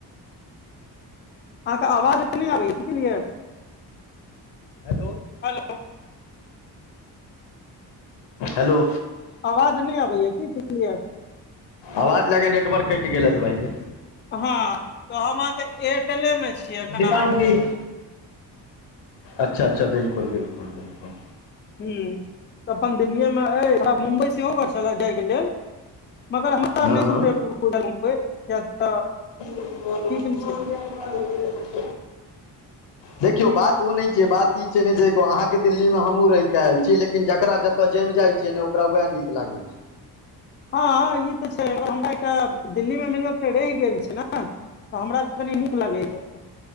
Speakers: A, on the left; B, on the left.
A: अहाँके आवाज नहि आबैय क्लियर
B: हेलो
A: हेलो
B: हेलो
A: आवाज नहि अबैया की क्लियर
B: आवाज लागे यऽ नेटवर्क कटि गेले हेतय भाइजी
A: हँ तऽ हम अहाँके एयरटेले मे छीियै एखन
B: भाईजी
A: अहाँ
B: अच्छा अच्छा बिल्कुल बिल्कुल बिल्कुल
A: हू अपन दिल्लीए मे मुम्बई सेहो कर छल जाय के लेल मगर हमरा
B: हँ
A: नहि
B: हँ
A: सुटेबुल बझाइल मुबइ किया तऽ
B: <unintelligible>
A: ठीक नहि छै <inaudible>
B: देखियौ बात ओ नहि छै बात ई छै ने अहाँके दिल्लीमे हमहूँ रहि कऽ आयल छी लेकिन जकरा ज त जम जाय छै ने ओकरा वएह नीक लागे छै
A: हँ ई तऽ छै हमरा एकटा दिल्ली मे मेन बात छइकि रहि गेल छी ने तऽ हमरा कनी नीक लागैया